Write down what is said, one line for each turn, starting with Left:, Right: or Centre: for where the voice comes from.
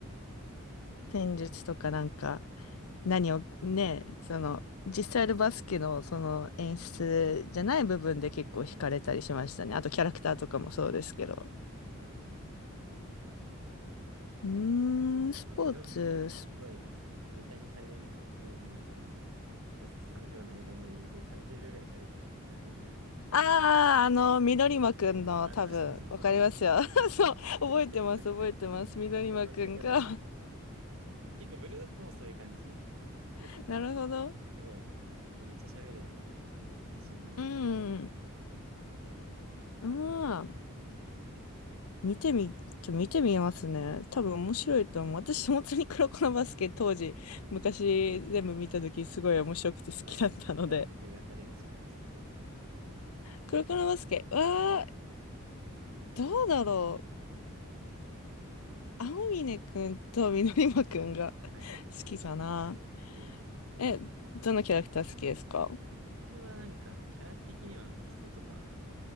Left: 戦術とかなんか、
Right: ね
Left: 何をね、その、
Right: うん
Left: 実際のバスケのその演出じゃない部分で結構惹かれたりしましたね。あとキャラクターとかもそうですけど。
Right: そうですね。
Left: うーん、スポーツ、
Right: あの、豊橋はなんかすごいネタにされるのがなんかあの、
Left: ス
Right: そうそう、3秒の間にで30秒ぐらい喋ってるみたいな、なんか。
Left: ああ、あの、緑間くんの多分、
Right: あ、そうそうそうそう。
Left: わかりますよ。<laughs> そう、覚えてます、
Right: <laughs>
Left: 覚えてます。
Right: でも、
Left: 緑間くんが。
Right: なんかでも、結構ブルドッグもそういう感じ
Left: <laughs>
Right: です。
Left: なるほど。
Right: すごい。もうめっちゃ喋るやん、みたいな。一瞬なのに。
Left: うん、うん。見てみ、ちょ、見てみますね。多分面白いと思う。
Right: い
Left: 私、本当に黒子のバスケ当時、昔全部見た時すごい面白くて好きだったので。
Right: えー誰、誰、誰が、誰が好きなんですか
Left: 黒子のバスケ、わー、どうだろう。
Right: うん
Left: 青峰くんと緑馬くんが
Right: あ、はいはいはいは
Left: <laughs> 好きかな。
Right: い。いいですね。
Left: え、どのキャラクター好きですか
Right: 僕はなんか、キャラ的には、キセとか、